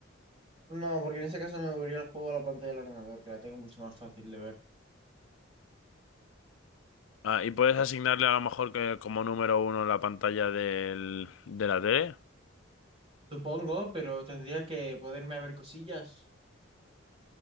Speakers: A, on the right (about 30°); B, on the left (about 85°).
A: No, porque en ese caso me movería el juego a la pantalla del ordenador, que la tengo mucho más fácil de ver.
B: Ah, y puedes asignarle a lo mejor que como número uno la pantalla del, de la tele.
A: Supongo, pero tendría que poderme a ver cosillas.